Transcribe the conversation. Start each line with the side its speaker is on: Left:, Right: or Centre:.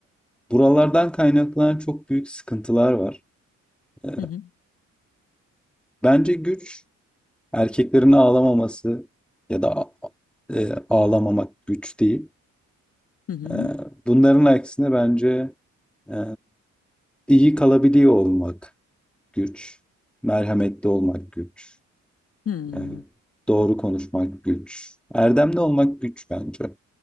Centre: buralardan kaynaklanan çok büyük sıkıntılar var. Ee,
Left: Hı hı
Centre: bence güç erkeklerin ağlamaması ya da a- e, ağlamamak güç değil.
Left: hı. hı.
Centre: Ee, bunların aksine bence... e, İyi kalabiliyor olmak güç, merhametli olmak güç,
Left: Hmm.
Centre: yani doğru konuşmak güç, erdemli olmak güç bence.